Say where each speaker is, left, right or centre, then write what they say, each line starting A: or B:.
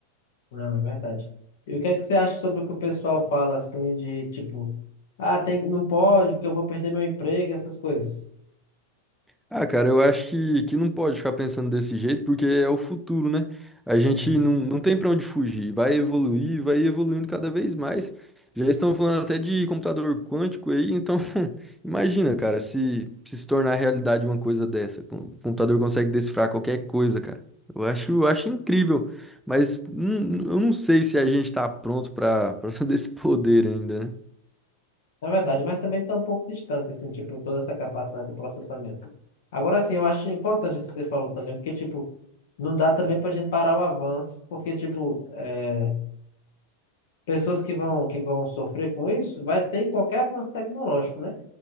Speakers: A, on the left; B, in the centre.
A: Não, é verdade. E o que é que você acha sobre o que o pessoal fala, assim, de, tipo, ah, tem, não pode, porque eu vou perder meu emprego, essas coisas?
B: Ah, cara, eu acho que, que não pode ficar pensando desse jeito, porque é o futuro, né? A
A: Uhum.
B: gente não, não tem pra onde fugir, vai evoluir, vai evoluindo cada vez mais. Já estão falando até de computador quântico aí, então <laughs> imagina, cara, se, se se tornar realidade uma coisa dessa. O computador consegue decifrar qualquer coisa, cara. Eu acho, eu acho incrível, mas hum, eu não sei se a gente tá pronto pra para <laughs> todo esse poder ainda, né?
A: Na verdade, mas também está um pouco distante, assim, tipo, toda essa capacidade de processamento. Agora, sim, eu acho importante isso que você falou também, porque, tipo, não dá também para a gente parar o avanço, porque, tipo, é, pessoas que vão, que vão sofrer com isso, vai ter em qualquer avanço tecnológico, né?